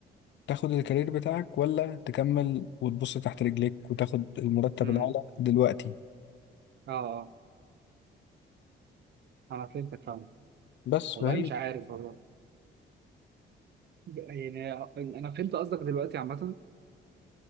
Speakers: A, on the left; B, on the right.
A: تاخد الكارير بتاعك ولا تكمل وتبص تحت رجليك وتاخد المرتب
B: امم
A: الاعلى دلوقتي
B: اه اه انا فهمتك فاهم
A: بس
B: والله
A: فهي
B: مش عارف والله يعني انا فهمت قصدك دلوقتي عامه <clears throat>